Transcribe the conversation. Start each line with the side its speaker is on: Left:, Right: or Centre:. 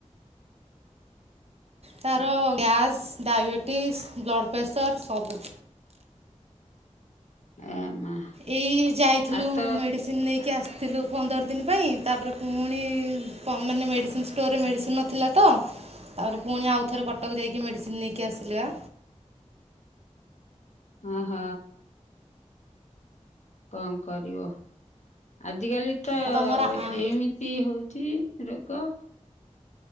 Left: <inaudible>
Right: ତାଏ ଗ୍ୟାସ୍ ଡାଇବେଟିସ୍ ବ୍ଲଡ଼୍ ପ୍ରେସର୍ ସବୁ
Left: ଏ ମା
Right: ଏଇ ଯାଇଥିଲୁ
Left: ଆଉ ତ
Right: ମେଡ଼ିସିନ ନେଇକି ଆସିଥିଲୁ ପନ୍ଦର ଦିନ ପାଇଁ ତାପରେ ପୁଣି ପ ମାନେ ମେଡ଼ିସିନ ଷ୍ଟୋରରେ ମେଡ଼ିସିନ ନଥିଲା ତ ତାର ପୁଣି ଆଉଥରେ କଟକ ଯାଇକି ମେଡ଼ିସିନ ନେଇକି ଆସିଲା
Left: ହ ହ କଣ କରିବ ଆଜିକାଲି ତ
Right: ଆଉ ତମର ଆଁ
Left: ଏମିତି ହଉଛି ରୋଗ